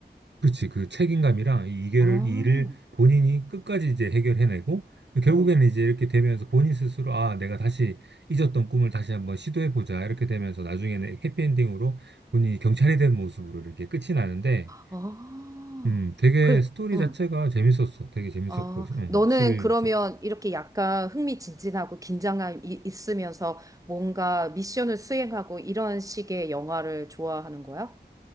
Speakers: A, on the right; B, on the right.
A: 그치, 그 책임감이랑 이 일을,
B: 아,
A: 이 일을 본인이 끝까지 이제 해결해내고, 결국에는
B: 응.
A: 이제 이렇게 되면서 본인 스스로, 아, 내가 다시 잊었던 꿈을 다시 한번 시도해보자. 이렇게 되면서 나중에는 해피엔딩으로 본인이 경찰이 된 모습으로 이렇게 끝이 나는데,
B: 아,
A: 음, 되게
B: 그래,
A: 스토리
B: 응
A: 자체가 재밌었어. 되게 재밌었고,
B: 어,
A: 음,
B: 너는
A: 스릴
B: 그러면
A: 있었고.
B: 이렇게 약간 흥미진진하고 긴장감 이, 있으면서 뭔가 미션을 수행하고 이런 식의 영화를 좋아하는 거야?